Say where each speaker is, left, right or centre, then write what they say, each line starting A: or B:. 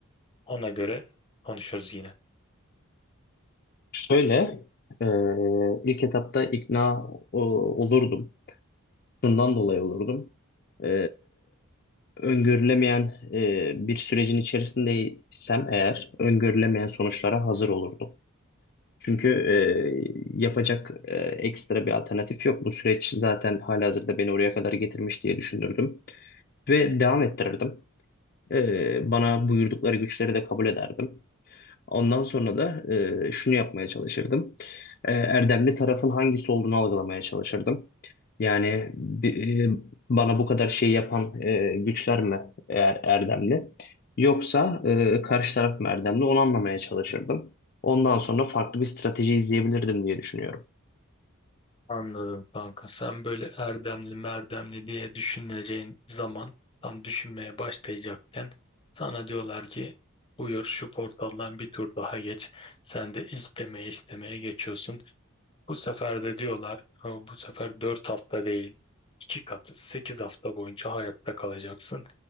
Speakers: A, on the left (about 25°); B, on the left (about 45°).
A: Ona göre konuşuruz yine.
B: Şöyle, e, ilk etapta ikna e, olurdum. Şundan dolayı olurdum. E, öngörülemeyen e, bir sürecin içerisindeysem eğer, öngörülemeyen sonuçlara hazır olurdum. Çünkü e, yapacak e, ekstra bir alternatif yok. Bu süreç zaten halihazırda beni oraya kadar getirmiş diye düşünürdüm. Ve devam ettirirdim. E, bana buyurdukları güçleri de kabul ederdim. Ondan sonra da e, şunu yapmaya çalışırdım. E, erdemli tarafın hangisi olduğunu algılamaya çalışırdım. Yani bi- e, bana bu kadar şey yapan e, güçler mi eğer erdemli? Yoksa e, karşı taraf mı erdemli? Onu anlamaya çalışırdım. Ondan sonra farklı bir strateji izleyebilirdim diye düşünüyorum.
A: Anladım kanka. Sen böyle erdemli merdemli diye düşüneceğin zaman tam düşünmeye başlayacakken sana diyorlar ki buyur şu portaldan bir tur daha geç. Sen de istemeye istemeye geçiyorsun. Bu sefer de diyorlar "Ha, bu sefer 4 hafta değil 2 katı 8 hafta boyunca hayatta kalacaksın.